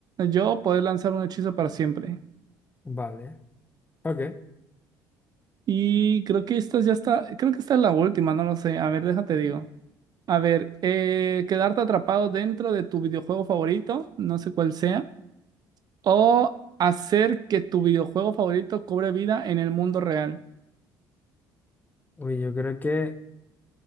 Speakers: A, on the right; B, on the left.
A: Yo poder lanzar un hechizo para siempre.
B: Vale, ok.
A: Y creo que esta ya está, creo que esta es la última, no lo sé. A ver, déjate
B: Ujú.
A: digo. A ver, eh, quedarte atrapado dentro de tu videojuego favorito, no sé cuál sea, o hacer que tu videojuego favorito cobre vida en el mundo real.
B: Uy, yo creo que,